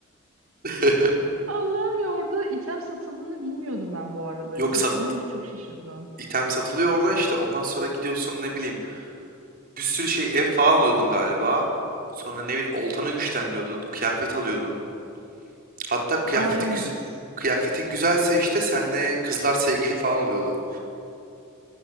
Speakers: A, on the right (about 45°); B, on the right (about 80°).
A: <laughs>
B: Allah'ım ya orada item satıldığını bilmiyordum ben bu arada.
A: Yok
B: Satılıyormuş
A: sat
B: çok şaşırdım.
A: item satılıyor orada işte ondan sonra gidiyorsun ne bileyim bir sürü şey ev falan alıyordun galiba. Sonra ne bileyim oltanı güçlendiriyordun kıyafet alıyordun. Hatta kıyafeti
B: Aa evet.
A: güzel, kıyafetin güzelse işte senle kızlar sevgili falan oluyordu.